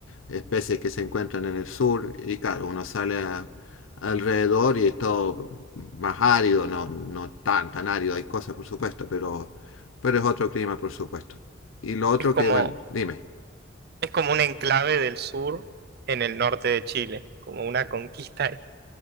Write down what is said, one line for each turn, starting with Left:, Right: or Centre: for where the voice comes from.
Left: especies que se encuentran en el sur, y claro, uno sale a- alrededor y es todo más árido, no, no tan tan árido, hay cosas por supuesto, pero, pero es otro clima por supuesto. Y lo otro
Right: Es como,
Left: que, bueno, dime.
Right: es como un enclave del sur en el norte de Chile, como una conquista,